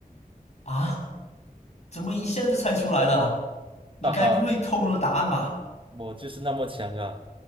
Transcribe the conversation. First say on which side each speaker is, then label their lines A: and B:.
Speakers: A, on the left (about 50°); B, on the right (about 35°).
A: 啊，怎么一下就猜出来了啊你该不会偷了答案吧？
B: 哈哈，我就是那么强啊！